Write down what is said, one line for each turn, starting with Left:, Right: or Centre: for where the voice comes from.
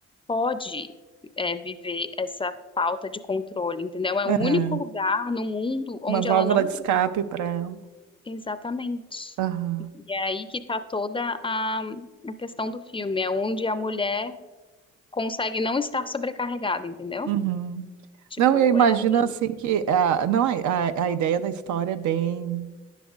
Left: pode é, viver essa falta de controle, entendeu? É
Right: aham.
Left: o único lugar no mundo onde
Right: Uma válvula
Left: ela não.
Right: de
Left: pre-
Right: escape para ela.
Left: Exatamente.
Right: Aham,
Left: E é aí que tá toda a, a questão do filme, é onde a mulher consegue não estar sobrecarregada, entendeu?
Right: uhum.
Left: Tipo,
Right: Não, eu imagino
Left: é ali.
Right: assim que a, não, a, a a ideia da história é bem